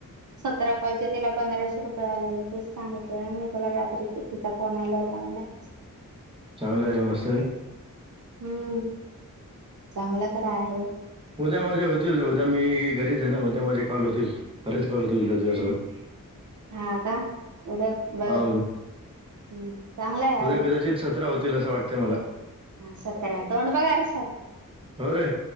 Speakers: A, on the right (about 60°); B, on the right (about 15°).
A: सतरा कॉलचे तिला पंधराशे रुपये आलेले ते सांगितले ना मी तुला रात्री कितीचा फोन आला मला
B: चांगलं आहे रेमस्त
A: हम्म चांगलं तर आहे
B: उद्या माझे होतील उद्या मी घरीच आहे ना उद्या माझे कॉल होतील खरेच कॉल होतील दू च्या सोबत
A: हा का उद्या बघ
B: हल
A: हम्म चांगला आहे
B: उद्या कदाचित सतरा होतील असं वाटतंय मला
A: ह सतरा तोंड बघारच्याात
B: हो रे